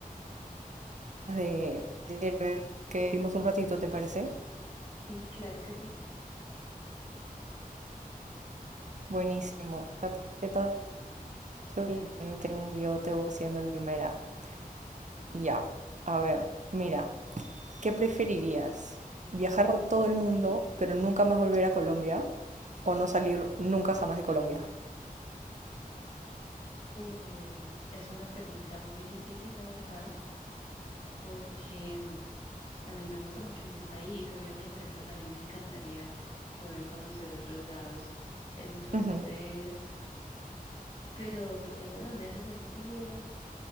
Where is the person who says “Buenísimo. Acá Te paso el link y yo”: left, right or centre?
Right